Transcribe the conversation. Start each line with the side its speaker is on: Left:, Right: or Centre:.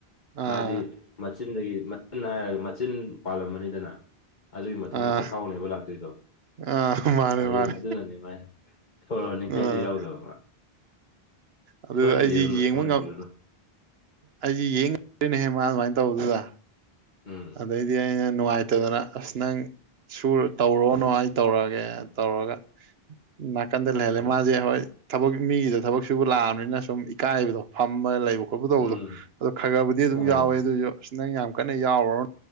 Right: ꯑꯥ
Left: ꯃꯥꯗꯤ ꯃꯆꯤꯟꯗꯒꯤ ꯃꯆꯤꯟ ꯍꯥꯏꯔꯒ ꯃꯆꯤꯟ ꯄꯥꯜꯂꯝꯃꯅꯤꯗꯅ ꯑꯗꯨꯒꯤ ꯃꯊꯪꯗ
Right: ꯑꯥ
Left: ꯆꯈꯥꯎꯅꯦꯕ ꯂꯥꯛꯇꯣꯏꯗꯣ
Right: ꯑꯥ ꯃꯥꯅꯦ
Left: ꯑꯗꯨ
Right: ꯃꯥꯅꯦ
Left: ꯑꯗꯨꯅꯅꯦ ꯃꯥꯏ ꯁꯣꯔ ꯍꯣꯟꯅꯤꯡꯉꯥꯏꯗꯣ
Right: ꯑꯥ
Left: ꯌꯥꯎꯗꯕ ꯃꯥ
Right: ꯑꯗꯨ
Left: ꯁꯣꯏꯍꯟꯕꯤꯔꯨꯅꯨ
Right: ꯑꯩꯁꯦ ꯌꯦꯡꯕ
Left: ꯁꯣꯏꯍꯟꯕꯤꯔꯨꯅꯨ
Right: ꯉꯥꯝ ꯑꯩꯁꯤ ꯌꯦꯡ ꯉꯥꯝꯗꯦꯅꯦꯍꯦ ꯃꯥ ꯑꯗꯨꯃꯥꯏꯅ ꯇꯧꯕꯗꯨꯗ
Left: ꯎꯝ
Right: ꯑꯗꯩꯗꯤ ꯑꯩꯅ ꯅꯨꯡꯉꯥꯏꯇꯗꯅ ꯑꯁ ꯅꯪ ꯁꯨꯔ ꯇꯧꯔꯣꯅꯣ ꯑꯩ ꯇꯧꯔꯛꯒꯦ ꯇꯧꯔꯒ ꯅꯥꯀꯟꯗꯥ ꯂꯩꯍꯥꯜꯂꯦ
Left: ꯎꯝ
Right: ꯃꯥꯁꯦ ꯍꯣꯏ ꯊꯕꯛ ꯃꯤꯒꯤꯗ ꯊꯕꯛ ꯁꯨꯕꯨ ꯂꯥꯛꯑꯕꯅꯤꯅ ꯁꯨꯝ ꯏꯀꯥꯏꯕꯗꯣ ꯐꯝꯕ ꯂꯩꯕ ꯈꯣꯠꯄ ꯇꯧꯕꯗꯣ
Left: ꯎꯝ
Right: ꯑꯗꯣ ꯈꯥꯛ ꯈꯥꯛꯕꯨꯗꯤ ꯑꯗꯨꯝ
Left: ꯎꯝ
Right: ꯌꯥꯎꯋꯦ ꯑꯗꯨꯁꯨ ꯑꯁ ꯅꯪ ꯌꯥꯝ ꯀꯟꯅ ꯌꯥꯎꯔꯨꯔꯅꯨ